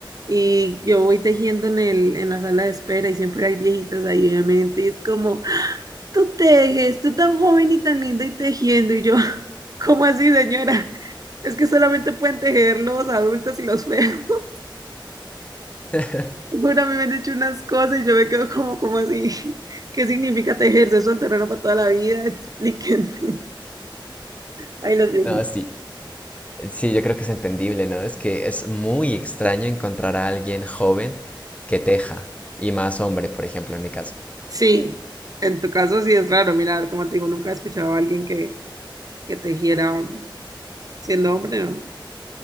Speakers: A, on the right; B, on the left.
A: Y yo voy tejiendo en el, en la sala de espera y siempre hay viejitas ahí, obviamente, y es como, tú tejes, tú tan joven y tan linda y tejiendo, y yo, <laughs> ¿cómo así, señora? Es que solamente pueden tejer los adultos y los feos. <laughs>
B: <laughs>
A: Jura, me han hecho unas cosas y yo me quedo como, como así, <laughs> ¿qué significa tejer? ¿Eso es un terreno para toda la vida? Explíquenme. <laughs> Ay, los viejitos.
B: No, sí, Sí, yo creo que es entendible, ¿no? Es que es muy extraño encontrar a alguien joven que teja, y más hombre, por ejemplo, en mi caso.
A: Sí, en tu caso sí es raro, mirar, como te digo, nunca he escuchado a alguien que, que tejiera um, siendo hombre, no,